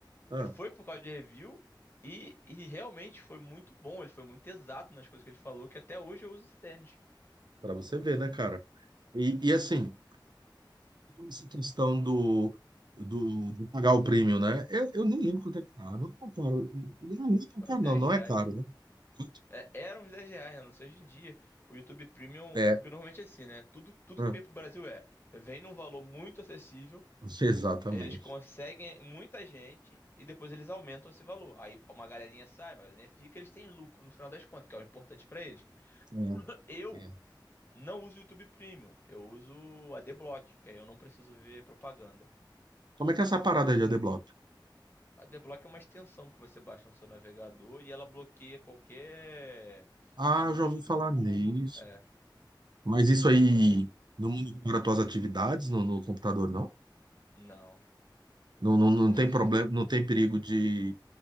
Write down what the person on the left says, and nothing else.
foi por causa de review e, e realmente foi muito bom. Ele foi muito exato nas coisas que ele falou, que até hoje eu uso esse tênis.
Acho que
é uns 10
reais.
É, eram uns 10 reais, né? Não sei hoje em dia. O YouTube Premium,
é porque normalmente é assim, né? Tudo, tudo
que vem pro Brasil é, vem num valor muito acessível,
eles conseguem muita gente e depois eles aumentam esse valor. Aí uma galerinha sai, uma galerinha fica, eles têm lucro no final das contas, que é o importante pra eles.
Eu
não uso o YouTube Premium, eu uso a adblock, que aí eu não preciso ver propaganda.
A D-Block é uma extensão que você baixa no seu navegador e ela bloqueia qualquer
anúncio
do
Google.
É,
não,
é,
s-